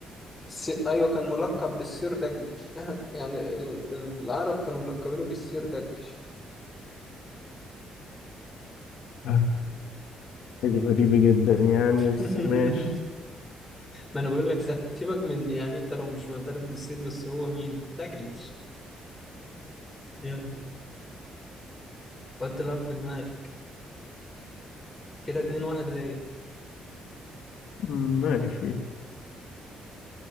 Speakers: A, on the left; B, on the left.
A: الس... ايوه كان ملقب بالسير داجلش <laughs> يعني ال... العرب كانوا ملقبينه بالسير داجلش
B: آه. حاجة غريبة جدا يعني بس
A: <laughs>
B: ماشي
A: ما انا بقول لك سه- سيبك من يعني انت لو مش معترف بالسير بس هو مين داجلش يلا حط لعب في دماغك كده اتنين واحد ليا
B: مم، ماشي